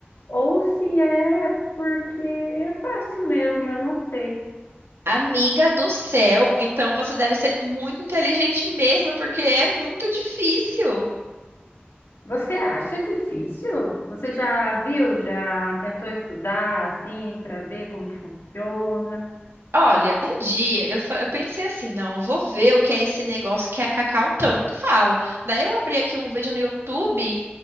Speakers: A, on the left; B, on the right.
A: Ou se é porque é fácil mesmo, eu não sei.
B: Amiga do céu, então você deve ser muito inteligente mesmo, porque é muito difícil.
A: Você acha difícil? Você já viu, já tentou estudar assim para ver como que funciona?
B: Olha, um dia eu, fa- eu pensei assim, não, eu vou ver o que é esse negócio que a Cacau tanto fala. Daí eu abri aqui um vídeo no YouTube